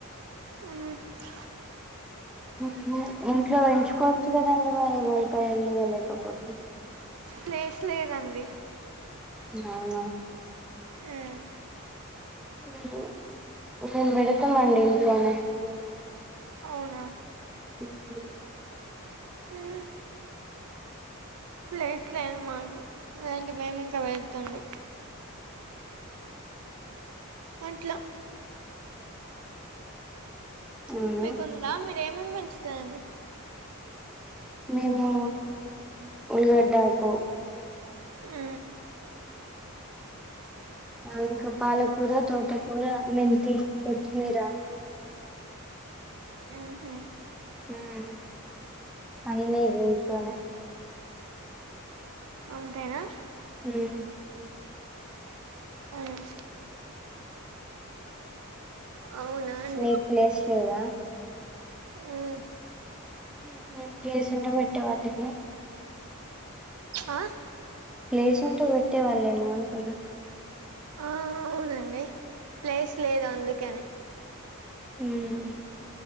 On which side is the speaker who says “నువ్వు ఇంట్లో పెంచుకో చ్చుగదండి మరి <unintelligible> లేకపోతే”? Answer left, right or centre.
Centre